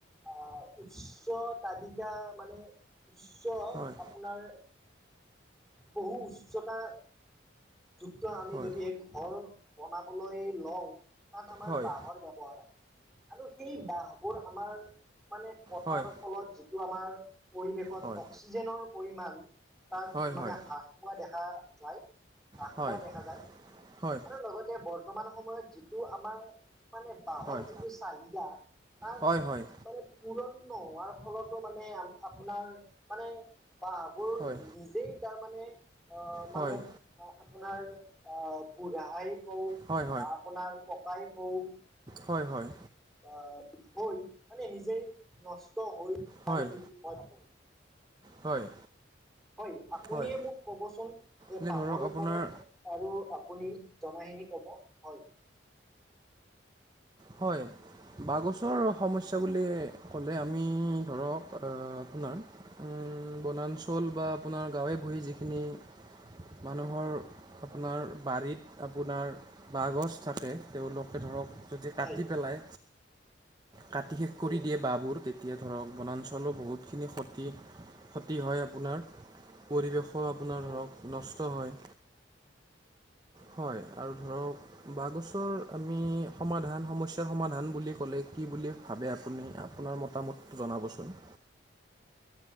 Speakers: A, in the centre; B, on the right.
A: আহ উচ্চ তালিকা মানে উচ্চ
B: হয়
A: আপোনাৰ বহু উচ্চতা যুক্ত আমি
B: হয়
A: যদি হে ঘৰ বনাবলৈ লওঁ তাত আমাৰ
B: হয়
A: বাঁহৰ ব্যৱহাৰ হয় আৰু সেই বাহবোৰ আমাৰ মানে কতাৰ
B: হয়
A: ফলত টো আমাৰ পৰিৱেশত
B: হয়
A: অক্সিজেনৰ পৰিমাণ তাত
B: হয়
A: মানে
B: হয়
A: হ্ৰাস পোৱা দেখা যায় হ্ৰাস
B: হয়
A: পোৱা দেখা যায়
B: হয়
A: আৰু লগতে বৰ্তমান সময়ত যিটো আমাৰ মানে বাঁহৰ
B: হয়
A: যিটো চাহিদা তাৰ
B: হয় হয়
A: মানে পুৰণ নোৱাৰ ফলতো মানে আপোনাৰ মানে বাহ মোৰ,
B: হয় হয়
A: নিজেই তাৰ মানে অ'
B: হয়
A: মানে অ' আপোনাৰ আহ' বোৰাহাই কল
B: হয়
A: বা আপোনাৰ পকাই কল
B: হয়, হয়।
A: আহ <inaudible> হৈ মানে নিজেই নষ্ট হৈ যায়,
B: হয়
A: বুলি মই ভাবো।
B: হয়।
A: হয়, আপুনিয়ে
B: হয়
A: মোক ক'বচোন যে
B: এনে
A: বাঁহৰ
B: ধৰক
A: ওপৰত
B: আপোনাৰ
A: আৰু আপুনি জনাখিনি ক'ব হয়।
B: হয়। বাঁহগছৰ সমস্যা বুলি ক'লে আমি, ধৰক আপোনাৰ উম, বনাঞ্চল বা আপোনাৰ গাঁৱে ভূঞে যিখিনি মানুহৰ আপোনাৰ বাৰীত, আপোনাৰ বাঁহগছ থাকে। তেওঁলোকে ধৰক যদি কাটি
A: হয়
B: পেলাই, কাটি শেষ কৰি
A: হয়
B: দিয়ে বাঁহবোৰ তেতি তিয়া ধৰক বনাঞ্চলো বহুতখিনি ক্ষতি, ক্ষতি হয় আপোনাৰ। পৰিৱেশো আপোনাৰ
A: হয়
B: ধৰক নষ্ট হয়, হয় আৰু ধৰক বাঁহগছৰ আমি সমাধান সমস্যাৰ সমাধান বুলি ক'লে কি বুলি ভাবে আপুনি, আপোনাৰ মতামত জনাবচোন